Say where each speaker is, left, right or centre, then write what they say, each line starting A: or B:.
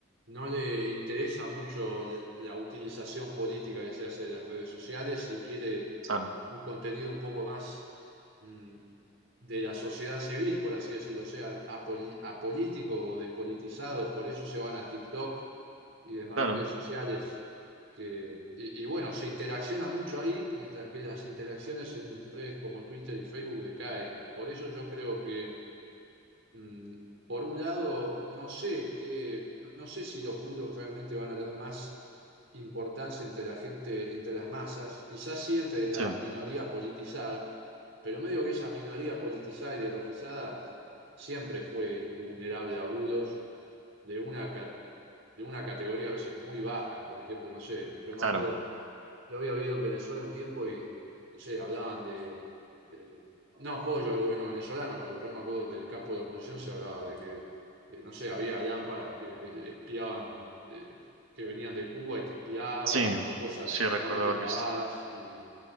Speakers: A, on the right (about 65°); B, on the right (about 80°).
A: no le interesa mucho l- la utilización política que se hace de las redes sociales y quiere
B: Claro,
A: un contenido un poco más mm, de la sociedad civil, por así decirlo, o sea, apoli- apolítico o despolitizado, por eso se van a TikTok y demás
B: claro,
A: redes sociales. Que, y, y bueno, se interacciona mucho ahí, mientras que las interacciones en redes como Twitter y Facebook decaen. Por eso yo creo que Mm, Por un lado, no sé qué, no no sé si los muros realmente van a tener más importancia entre la gente, entre las masas, quizás sí entre la
B: sí,
A: minoría politizada, pero medio que esa minoría politizada y ideologizada siempre fue vulnerable a bulos de una, ca- de una categoría a veces muy baja, por ejemplo, no sé, yo me
B: claro.
A: acuerdo yo había vivido en Venezuela un tiempo y, no sé, hablaban de, eh, no apoyo al gobierno venezolano, pero yo me acuerdo del campo de la oposición se hablaba de que, eh, no sé, había lámparas que espiaban, eh, que venían de Cuba y te espiaban,
B: Sí,
A: o, o cosas
B: sí
A: realmente
B: recuerdo haber
A: pavadas.
B: visto.
A: Y,